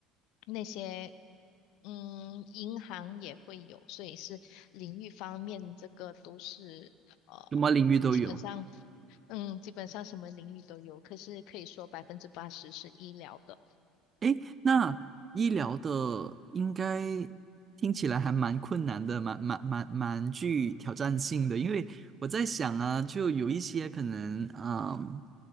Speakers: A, on the left; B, on the right.
A: 那些，嗯，银行也会有，所以是领域方面，这个都是呃，
B: 什么领域都有。
A: 基本上，嗯，基本上什么领域都有，可是可以说百分之八十是医疗的。
B: 诶，那医疗的应该听起来还蛮困难的，蛮蛮蛮蛮具挑战性的。因为我在想啊，就有一些可能，嗯，